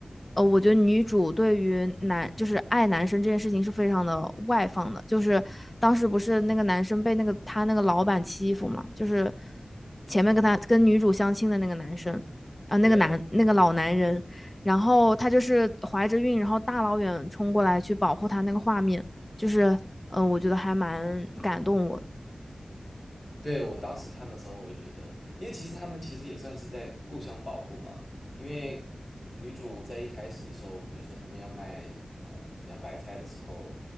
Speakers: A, on the left; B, on the left.
A: 呃，我觉得女主对于男就是爱男生这件事情是非常的外放的，就是当时不是那个男生被那个他那个老板欺负嘛，就是前面跟他跟女主相亲的那个男生啊、呃那个男那个老男人，
B: 对，
A: 然后他就是怀着孕，然后大老远冲过来去保护他那个画面，就是嗯、呃我觉得还蛮感动我的。
B: 对，我当时看的时候，我也觉得，因为其实他们其实也算是在互相保护嘛。因为女主在一开始的时候，比如说他们要卖嗯洋白菜的时候，